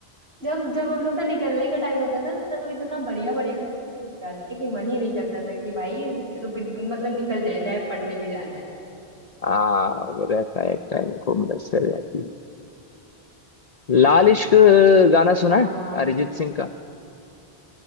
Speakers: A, on the right; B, on the left.
A: जब जब हम लोग का निकलने का टाइम होता था तब इतना बढ़िया बढ़िया गाते कि मन ही नहीं करता था कि भाई रुक मतलब निकल जाए जाए पढ़ने भी जाना है
B: आ, वो रहता है एक टाइम को मुदस्सिर रहती है लाल इश्क गाना सुना
A: हाँ
B: है अरिजीत सिंह का